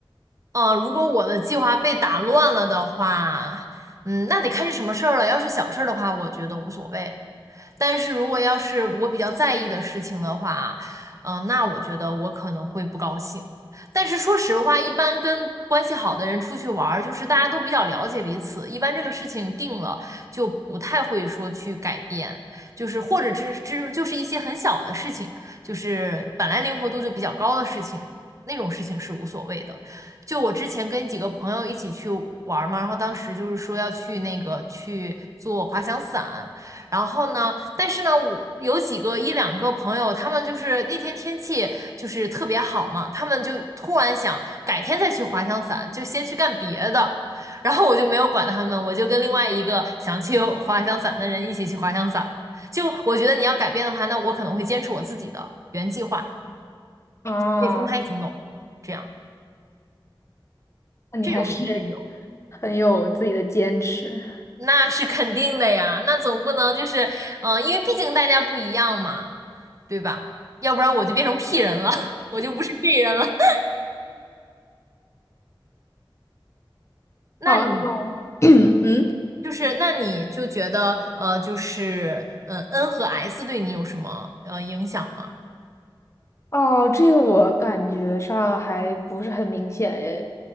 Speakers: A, on the right (about 35°); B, on the left (about 35°).
A: 嗯，如果我的计划被打乱了的话，嗯，那得看是什么事儿了。要是小事儿的话，我觉得无所谓。但是如果要是我比较在意的事情的话，嗯、那我觉得我可能会不高兴。但是说实话，一般跟关系好的人出去玩儿，就是大家都比较了解彼此，一般这个事情定了就不太会说去改变，就是或者只只就是一些很小的事情，就是本来灵活度就比较高的事情，那种事情是无所谓的。就我之前跟几个朋友一起去玩儿嘛，然后当时就是说要去那个去做滑翔伞。然后呢，但是呢，我有几个一两个朋友，他们就是那天天气就是特别好嘛，他们就突然想改天再去滑翔伞，就先去干别的。然后我就没有管他们，我就跟另外一个想去滑翔伞的人一起去滑翔伞了。就我觉得你要改变的话，那我可能会坚持我自己的原计划，
B: 哦，
A: 可以分开行动，这样
B: 那你还是
A: 这种也是有。
B: 很有自己的坚持。
A: 那是肯定的呀，那总不能就是，嗯、因为毕竟大家不一样嘛，对吧？要不然我就变成 P 人了，<laughs> 我就不是 J 人了。<laughs> 那你
B: 好，那我，<clears throat> 嗯。
A: 就是，那你就觉得，呃，就是，嗯 n 和 S 对你有什么呃影响吗？
B: 哦，这个我感觉上还不是很明显诶，